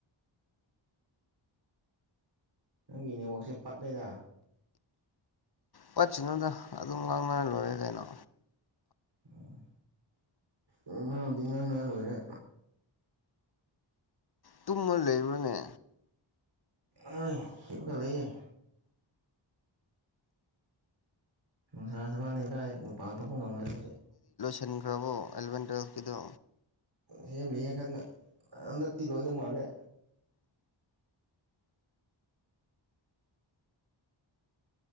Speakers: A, on the right; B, on the left.
A: ꯅꯪꯒꯤ ꯅꯦꯠꯋꯥꯛꯁꯦ ꯄꯠꯂꯦꯗ
B: ꯄꯠꯁꯤꯅꯣꯗ ꯑꯗꯨꯝ ꯉꯥꯡꯅꯔ ꯂꯣꯏꯔꯦ ꯀꯩꯅꯣ
A: ꯑꯣ ꯇꯉꯥꯡꯅꯔ ꯂ‌ꯣꯏꯔꯦ
B: ꯇꯨꯝꯃ ꯂꯩꯕ꯭ꯔꯥꯅꯦ
A: ꯍꯣꯏ ꯍꯒ ꯂꯩꯑꯦ ꯅꯨꯡꯁꯥ ꯁꯃꯥꯟꯅꯩꯀꯥꯏ ꯃꯄꯥꯟ ꯊꯣꯛꯄ ꯉꯝꯒꯗꯣꯁꯦ
B: ꯁꯟꯈ꯭ꯔꯕꯣ ꯑꯦꯂꯦꯚꯦꯟ ꯇꯨꯋꯦꯜꯚ ꯀꯤꯗꯣ
A: ꯁꯦꯝꯂꯤꯉꯀꯟꯗ ꯍꯟꯗꯛꯇꯤ ꯂꯣꯏꯗꯧ ꯃꯥꯜꯂꯦ